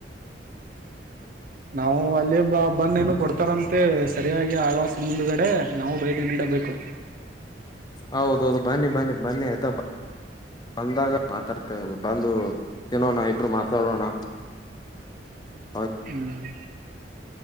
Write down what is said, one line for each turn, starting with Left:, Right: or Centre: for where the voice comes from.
Right: ನಾವು ಅಲ್ಲಿೇ ಬ ಬಂದ್ ಏನು ಕೊಡ್ತಾರಂತೆ ಸರಿಯಾಗಿ ಆವಾಸದ ಮುಂದಗಡೆ ನಾವು ಭೇಟಿ ನೀಡಬೇಕು
Left: ಹೌದೌದು ಬನ್ನಿ ಬನ್ನಿ ಬನ್ನಿ ಆಯ್ತಾ ಬಂದಾಗ ಮಾತಾಡ್ತೇ ಬಂದು ತಿನ್ನೋಣ ಇಬ್ರು ಮಾತಾಡೋಣ ಆ
Right: ಹ್ಮ್